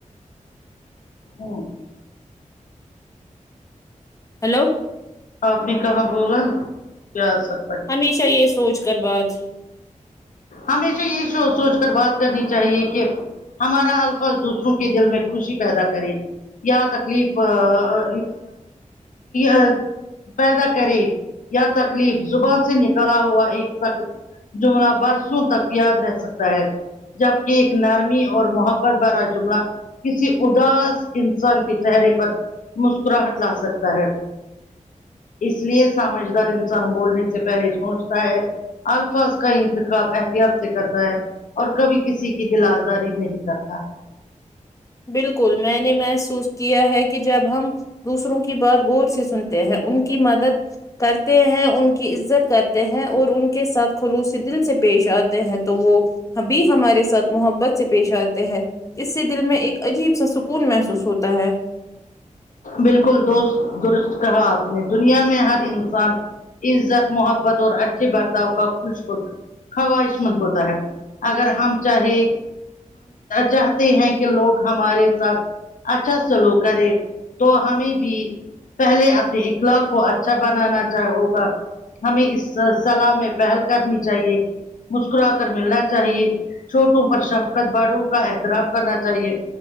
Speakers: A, on the left; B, on the left.
A: ہوں
B: ہیلو
A: آپ نے کہاں بولا کیا اسر
B: ہمیشہ یہ سوچ کر بات
A: ہمیشہ یہ سوچ سوچ کر بات کرنی چاہیے کہ ہمارا الفظ دوسروں کے دل میں خوشی پیدا کرے یا تکلیف آ ا پیدا کرے یا تکلیف زبان سے نکلا ہوا ایک سخت جملہ برسوں تک یاد رہ سکتا ہے جبکہ ایک نرمی اور محبت بھرا جملہ کسی اداس انسان کے چہرے پر مسکراہٹ لا سکتا ہے اس لیے سمجھدار انسان بولنے سے پہلے سوچتا ہے الفاظ کا ان تخاب احتیاط سے کرتا ہے اور کبھی کسی کی دل آزاری نہیں کرتا
B: بالکل میں نے محسوس کیا ہے کہ جب ہم دوسروں کی بات غور سے سنتے ہیں ان کی مدد کرتے ہیں ان کی عزت کرتے ہیں اور ان کے ساتھ خلوصی دل سے پیش آتے ہیں تو وہ ابھی ہمارے ساتھ محبت سے پیش آتے ہیں اس سے دل میں ایک عجیب سا سکون محسوس ہوتا ہے
A: بالکل دوست درست کہا آپ نے دنیا میں ہر انسان عزت محبت اور اچھے برتاؤ کا خوش ہو خواہش مند ہوتا ہے اگر ہم چاہے چاہتے ہیں کہ لوگ ہمارے ساتھ اچھا سلوک کرے تو ہمیں بھی پہلے اپنی اخلاق کو اچھا بنانا چاہ ہوگا ہمیں اس صلاح میں پہل کرنی چاہیے مسکرا کر ملنا چاہیے چھوٹوں پر شفقت باڑوں کا احترام کرنا چاہیے